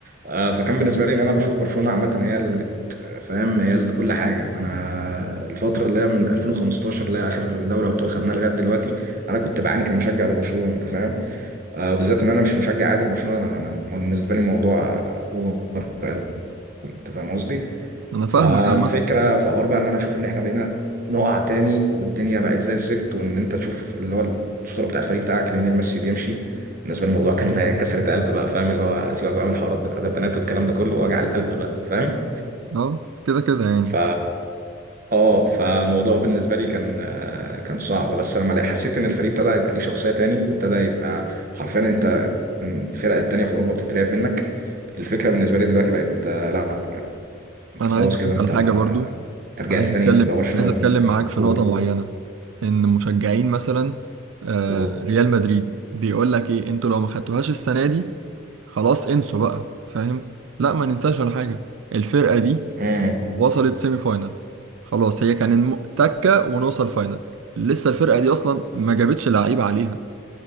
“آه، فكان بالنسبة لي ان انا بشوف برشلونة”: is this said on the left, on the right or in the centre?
Right